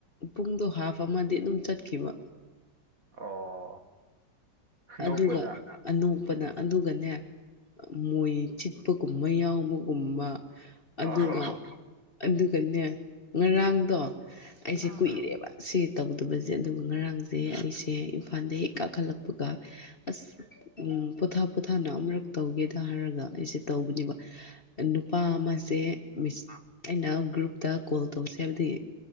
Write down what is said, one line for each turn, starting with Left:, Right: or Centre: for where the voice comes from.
Left: ꯄꯨꯡꯗꯣ ꯍꯥꯐ ꯑꯃꯗꯤ ꯑꯗꯨꯝ ꯆꯠꯈꯤꯕ
Right: ꯑꯣ ꯅꯣꯛꯄꯗ
Left: ꯑꯗꯨꯒ ꯑꯅꯧꯕꯅ ꯑꯗꯨꯒꯅꯦ ꯃꯣꯏ ꯆꯤꯠꯄꯒꯨꯝꯕ ꯌꯥꯎꯕꯒꯨꯝꯕ
Right: ꯑꯣ
Left: ꯑꯗꯨꯒ ꯑꯗꯨꯒꯅꯦ ꯉꯔꯥꯡꯗꯣ ꯑꯩꯁꯦ
Right: ꯑ
Left: ꯀꯨꯏꯔꯦꯕ ꯁꯤ ꯇꯧꯗꯕꯁꯦ ꯑꯗꯨꯒ ꯉꯔꯥꯡꯁꯦ ꯑꯩꯁꯦ ꯏꯝꯐꯥꯜꯗ ꯍꯦꯛ ꯀꯥꯈꯠꯂꯛꯄꯒ ꯑꯁ ꯎꯝ ꯄꯣꯊꯥ ꯄꯣꯊꯥꯅ ꯑꯃꯨꯔꯛ ꯇꯧꯒꯦꯗ ꯍꯥꯏꯔꯒ ꯑꯩꯁꯦ ꯇꯧꯕꯅꯦꯕ ꯅꯨꯄꯥ ꯑꯃꯁꯦꯁ ꯑꯩꯅ ꯒ꯭ꯔꯨꯞꯇ ꯀꯣꯜ ꯇꯧꯁꯦ ꯍꯥꯏꯕꯗꯤ